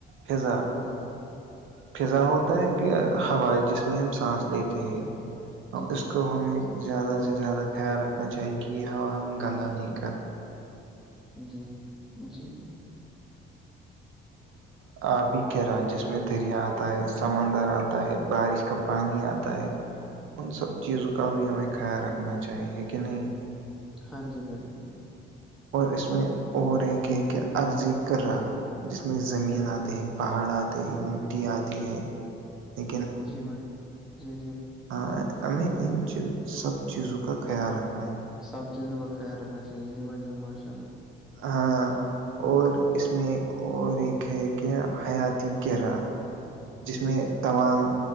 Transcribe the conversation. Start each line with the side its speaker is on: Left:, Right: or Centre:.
Right: پضا
Centre: جی
Right: فضا ہوتا ہے کہ ہوا جس میں ہم سانس لیتے ہیں اور اس
Centre: جی
Right: کو ہمیں زیادہ سے زیادہ خیال رکھنا چاہیے کہ یہ ہوا ہم گندہ نہیں کر
Centre: جی جی جی
Right: آب بھی کہہ رہا ہے جس میں دریا آتا ہے سمندر آتا ہے بارش کا پانی آتا ہے ان سب چیزوں کا بھی ہمیں خیال رکھنا چاہیے کہ نہیں
Centre: ہاں جی بھائی جان
Right: اور اس میں اور ایک کہ کہ عرضی کر رہا جس میں زمین آتی ہے پہاڑ آتے ہیں مٹی آتی ہے ہے
Centre: جی بھائی جی جی
Right: ہ ہمیں انی سب چیزوں کا خیال رکھا
Centre: سب چیزوں کا خیال رکھنا چاہیے بھائی جان ماشاءاللہ
Right: ہاں اور اس میں اور ایک ہے کیا حیاتی کیرا جس
Centre: جی
Right: میں
Centre: جی
Right: تمام